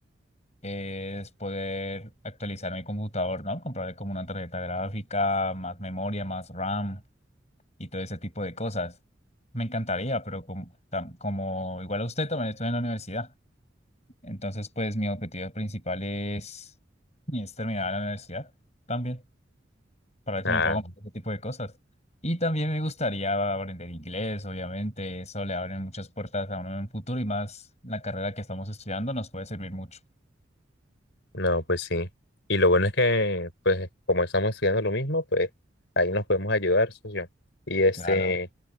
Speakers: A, on the left (about 35°); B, on the left (about 70°).
A: es poder actualizar mi computador, ¿no? Comprarle como una tarjeta gráfica, más memoria, más RAM y todo ese tipo de cosas. Me encantaría, pero como, tam- como igual a usted también estoy en la universidad. Entonces, pues mi objetivo principal es, es terminar la universidad también, para ver
B: Ah,
A: si me puedo comprar ese tipo de cosas. Y también me gustaría aprender inglés, obviamente, eso le abre muchas puertas a uno en un futuro y más la carrera que estamos estudiando nos puede servir mucho.
B: No, pues sí. Y lo bueno es que, pues, como estamos estudiando lo mismo, pues ahí nos podemos ayudar, socio. Y este,
A: Claro.